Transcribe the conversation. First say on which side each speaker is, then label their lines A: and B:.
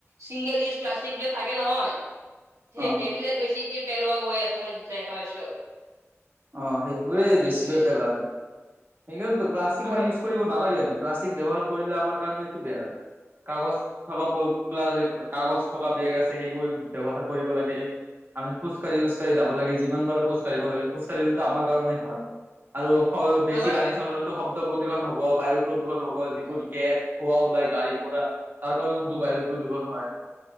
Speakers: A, on the right; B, on the right.
A: চিংগল ইউজ প্লাষ্টিক বিলাক থাকে নহয়।
B: অ',
A: সেইবিলাক বেছিকে পেলোৱা গৈ আছে মই দেখা পাইছো আৰু।
B: অ সেইবাবেই
A: সেইটোৱে
B: বেছিকৈ পেলায় সেইকাৰণেটো প্লাষ্টিকবোৰ
A: আৰু
B: ইউজ কৰিব নালাগে। প্লাষ্টিক ব্যৱহাৰ কৰিলে আমাৰ কাৰণেটো বেয়া কাগজ থকা প্ৰায় কাগজ থকা বেগ আছে সেইবোৰ ব্যৱহাৰ কৰিব লাগে। আমি খোজ কাঢ়ি কাঢ়ি যাব লাগে যিমান পাৰো খোজ কাঢ়িব লাগে। খোজ কাঢ়িলেটো আমাৰ কাৰণে ভাল আৰু বেছি
A: আমাৰ
B: গাড়ী চলালেটো শব্দ প্ৰদূষণ হ'ব বায়ু প্ৰদূ- গৰ যিবোৰ
A: হয়
B: গেছ ধুৱা ওলাই গাড়ীৰ পৰা। তাৰ কাৰণ টো বায়ু প্ৰদূষণ হয়।